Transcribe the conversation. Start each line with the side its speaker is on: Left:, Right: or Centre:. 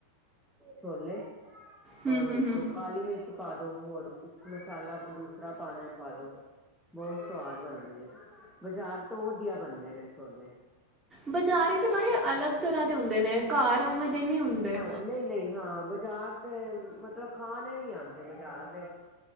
Centre: ਛੋਲੇ
Right: ਹੂੰ
Centre: ਔਰ
Right: ਹੂੰ
Centre: ਉਸ
Right: ਹੂੰ
Centre: ਤੋਂ ਕਾਲੀ ਮਿਰਚ ਪਾ ਦੋ, ਹੋਰ ਕੁਛ ਮਸਾਲਾ ਦੂਸਰਾ ਪਾਣਾ ਪਾ ਦੋ। ਬਹੁਤ ਸਵਾਦ ਬਣਨਗੇ, ਬਜ਼ਾਰ ਤੋਂ ਵਧੀਆ ਬਣਦੇ ਨੇ ਛੋਲੇ।
Right: ਬਜ਼ਾਰੇ ਤਾਂ ਬੜੇ ਅਲੱਗ ਤਰ੍ਹਾਂ ਦੇ ਹੁੰਦੇ ਨੇ, ਘਰ ਆਵੇਂ ਦੇ ਨਹੀਂ ਹੁੰਦੇ।
Centre: ਨਹੀਂ ਨਹੀਂ, ਹਾਂ ਬਜ਼ਾਰ ਤੇ ਮਤਲਬ, ਖਾਣੇ ਨਹੀਂ‌ ਆਉਂਦੇ ਬਜ਼ਾਰ ਦੇ